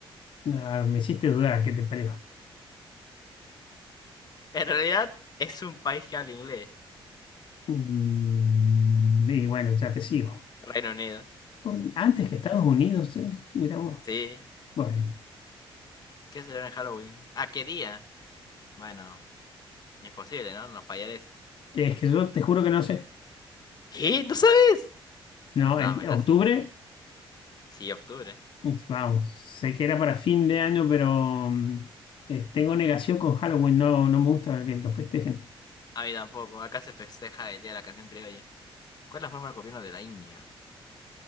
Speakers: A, on the left (about 60°); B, on the left (about 45°).
A: Ah, me hiciste dudar, ¿qué te pareció?
B: En realidad es un país que habla inglés.
A: Mm, y bueno, ya te sigo.
B: Reino Unido.
A: Por- antes que Estados Unidos, es- mira vos.
B: Sí.
A: Bueno,
B: ¿Qué será en Halloween? ¿A qué día? Bueno, imposible, ¿no? No fallar esta.
A: es que yo te juro que no sé.
B: ¿Qué? ¿No sabes?
A: No,
B: No,
A: es
B: me estás...
A: octubre,
B: Sí, octubre.
A: es- vamos, sé que era para fin de año, pero mm, eh, tengo negación con Halloween, no, no me gusta que lo festejen.
B: A mí tampoco. Acá se festeja el Día de la Canción Criolla. ¿Cuál es la forma de gobierno de la India?